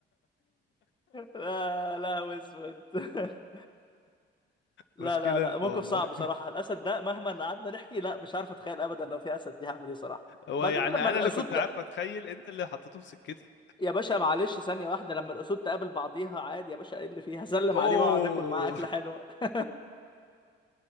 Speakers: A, on the left; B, on the left.
A: لا لا هو اسود <laughs> لا
B: مشكله
A: لا لا
B: انت
A: موقف
B: والله
A: صعب بصراحة الأسد ده مهما قعدنا نحكي لا مش عارف أتخيل أبدا لو في أسد دي هعمل إيه صراحة
B: هو
A: بعدين
B: يعني
A: لما الأسود
B: انا اللي كنت عارف
A: ت...
B: اتخيل انت اللي حطيته في سكتي
A: يا باشا معلش ثانية واحدة لما الأسود تقابل بعضيها عادي يا باشا إيه اللي فيها <laughs> هسلم
B: اوه
A: عليه وأقعد آكل معاه أكلة حلوة <laughs>